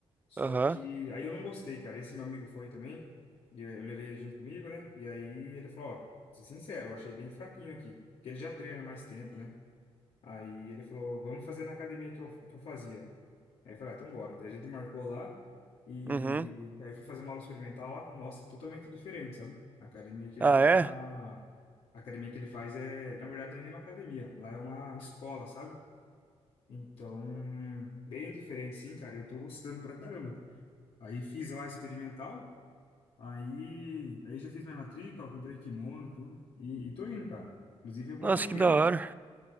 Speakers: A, on the left (about 75°); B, on the right (about 15°).
A: Só
B: Aham.
A: que aí eu não gostei, cara. Esse meu amigo foi também. E eu eu levei ele junto comigo, né? E aí ele falou, ó, vou ser sincero, eu achei bem fraquinho aqui. Porque ele já treina mais tempo, né? Aí ele falou, vamos fazer na academia que eu, que eu fazia. Aí eu falei, ah, então bora. Daí a gente marcou lá. E
B: Uhum.
A: aí eu fui fazer uma aula experimental lá. Nossa, totalmente diferente, sabe? A academia que ele
B: Ah, é?
A: tá... A academia que ele faz é... Na verdade, não é nem uma academia. Lá é uma escola, sabe? Então, bem diferente, sim, cara. Eu tô gostando pra caramba. Aí fiz lá experimental, aí, aí já fiz minha matrícula, comprei kimono, tudo. E, e tô indo, cara. Inclusive eu vou
B: Nossa,
A: amanhã.
B: que da hora.